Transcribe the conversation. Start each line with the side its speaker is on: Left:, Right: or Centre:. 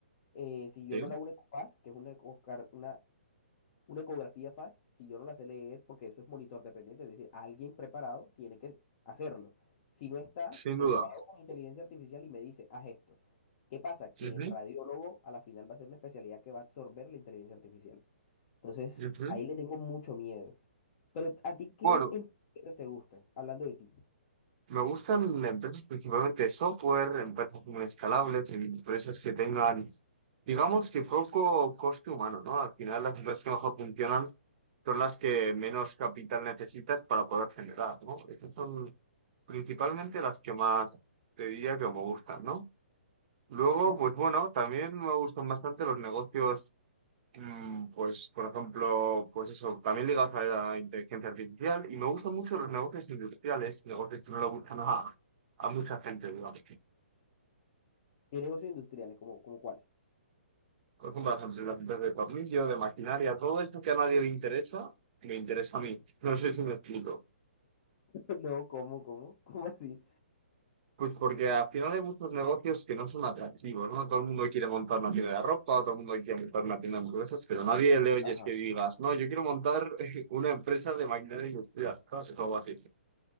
Left: eh, si yo
Right: sí,
Left: no la una ECOPAS, que es una, ecocar- una una ecografía FAS, si yo no la sé leer, porque eso es monitor dependiente, es decir, alguien preparado tiene que hacerlo. Si no está,
Right: sin
Left: yo
Right: duda.
Left: lo hago con inteligencia artificial y me dice, haz esto. ¿Qué pasa?
Right: Ujú,
Left: Que el radiólogo a la final va a ser una especialidad que va a absorber la inteligencia artificial. Entonces,
Right: ujú.
Left: ahí le tengo mucho miedo. Pero a ti, ¿qué
Right: Bueno,
Left: emprendimientos te gustan? Hablando de ti.
Right: Me gustan las empresas principalmente de software, empresas muy escalables, empresas que tengan, digamos que poco coste humano, ¿no? Al final las empresas que mejor funcionan son las que menos capital necesitas para poder generar, ¿no? Esas son principalmente las que más te diría que me gustan, ¿no? Luego,
Left: Ujú.
Right: pues bueno, también me gustan bastante los negocios Mm, Pues, por ejemplo, pues eso, también ligados a la inteligencia artificial y me gustan mucho los negocios industriales, negocios que no le gustan a, a mucha gente, digamos.
Left: ¿Qué negocios industriales? ¿Cómo, cómo cuáles?
Right: Por ejemplo, las empresas las empresas de tornillo, de maquinaria, todo esto que a nadie le interesa, me interesa a mí. <laughs> No sé si me explico.
Left: <laughs> No, ¿cómo, cómo? ¿Cómo así?
Right: Pues porque al final hay muchos negocios que no son atractivos, ¿no? Todo el mundo quiere montar una tienda de ropa, todo el mundo quiere montar una tienda de hamburguesas, pero nadie le oyes
Left: Ajá.
Right: que digas, no, yo quiero montar <laughs> una empresa de maquinaria industrial, ¿sabes? O algo así.